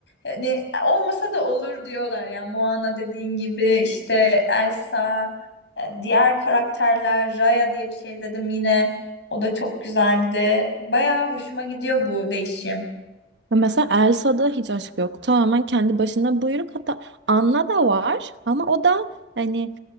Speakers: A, on the left; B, on the right.
A: hani olmasa da olur diyorlar yani Moana dediğin gibi işte Elsa e, diğer karakterler Raya diye bir şey dedim yine o da çok güzeldi bayağı hoşuma gidiyor bu değişim.
B: Ya Mesela Elsa'da hiç aşk yok. Tamamen kendi başına buyruk. Hatta Anna da var ama o da hani